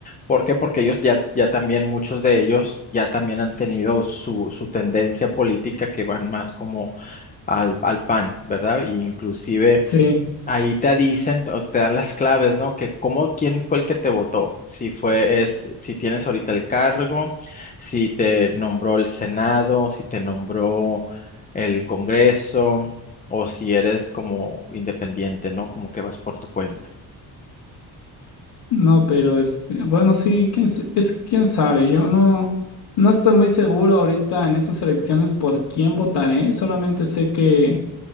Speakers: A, on the left (about 20°); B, on the left (about 85°).
A: ¿Por qué? Porque ellos ya, ya también, muchos de ellos ya también han tenido su, su tendencia política que van más como al, al pan, ¿verdad? Y inclusive
B: Sí,
A: ahí te dicen, o te dan las claves, ¿no? Que cómo, quién fue el que te votó, si fue, es, si tienes ahorita el cargo, si te nombró el Senado, si te nombró el Congreso, o si eres como independiente, ¿no? Como que vas por tu cuenta.
B: no, pero este, bueno, sí, quién, s- es que quién sabe, yo no, no estoy muy seguro ahorita en estas elecciones por quién votaré, solamente sé que